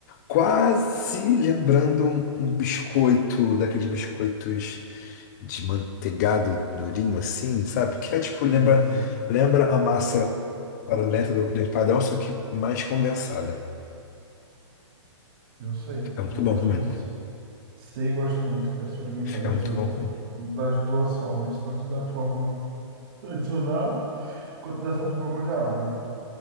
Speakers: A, on the left (about 35°); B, on the right (about 45°).
A: Quase lembrando um, um biscoito, daqueles biscoitos de manteigado durinho assim, sabe? que é tipo, lembra,
B: Isso,
A: lembra a massa paralela do, do empadão, só que mais condensada.
B: eu sei,
A: Fica muito
B: eu gosto
A: bom também.
B: muito. Sei, gosto muito, quero experimentar
A: Fica
B: das
A: muito
B: duas,
A: bom também.
B: das duas formas, tanto da forma tradicional quanto dessa forma congelada.